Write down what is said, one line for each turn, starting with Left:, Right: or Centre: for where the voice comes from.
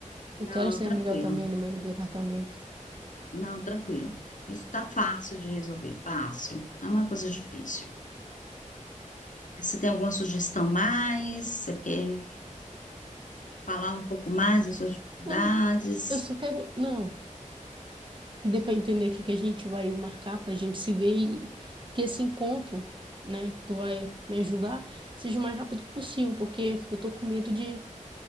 Right: Eu
Left: Não,
Right: quero ser
Left: tranquilo.
Right: a melhor também no meu departamento.
Left: Não, tranquilo. Isso está fácil de resolver, fácil. Não é uma coisa difícil. Você tem alguma sugestão mais? Você quer falar um pouco mais das suas dificuldades?
Right: Não, eu só quero. Não. Que dê para entender o que que a gente vai marcar para a gente se ver e que esse encontro, né, que tu vai me ajudar, seja o mais rápido possível, porque eu tô com medo de